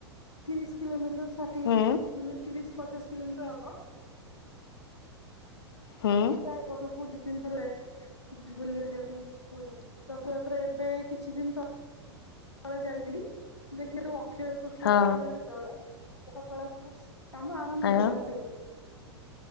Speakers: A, on the left; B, on the left.
A: ତିରିଶ କିଲୋମିଟର ଷାଠିଏ
B: ହୁଁ
A: ମାନେ ତିରିଶ ପଚାଶ କିଲୋମିଟର ହବ।
B: ହୁଁ
A: <unintelligible> ତିନି ଥର ଯାଏ, ବୁଲି ଆସିବା ପାଇଁ ପୁରୀ। ରଥଯାତ୍ରା ଏବେ କିଛି ଦିନ ତ ତଳେ ଯାଇଥିଲି, ଦେଖି ସବୁ ଅକ୍ଷୟ ତୃତୀଆ
B: ହଁ
A: ଚାଲିଥିଲା ସେତେବେଳେ କଳା ସବୁ କାମ ଆରମ୍ଭ
B: ଆ
A: ହୋଇଥିଲା ସେଇ ଦିନ।